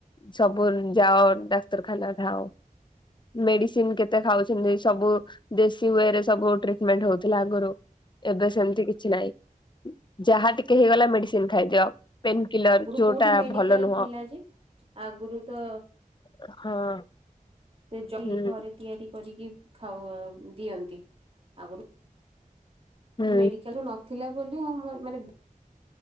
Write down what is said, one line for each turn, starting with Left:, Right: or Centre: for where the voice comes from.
Left: ସବୁ ଯାଅ ଡାକ୍ତରଖାନା ଧାଁ ମେଡିସିନ କେତେ ଖାଉଛନ୍ତି ସବୁ ଦେଶୀ ୱଏ ରେ ସବୁ ଟ୍ରିଟମେଣ୍ଟ ହଉଥିଲା ଆଗରୁ ଏବେ ସେମିତି କିଛି ନାହିଁ। ଯାହା ଟିକେ ହେଇଗଲା ମେଡିସିନ ଖାଇଦିଅ ପେନ୍ କିଲର
Right: ଆଗରୁ
Left: ଯୋଉଟା
Right: କୋଉଠି ମେଡିକାଲ
Left: ଭଲ ନୁହଁ।
Right: ଥିଲା ଯେ ଆଗରୁ ତ
Left: ହଁ।
Right: ସେ ଯ
Left: ହୁଁ
Right: ଘରେ ତିଆରି କରିକି ଖାଉ ଦିଅନ୍ତି ଆଗରୁ
Left: ହୁଁ
Right: ମେଡିକାଲ ରୁ ନଥିଲା ବୋଲି ହଁ ମାନେ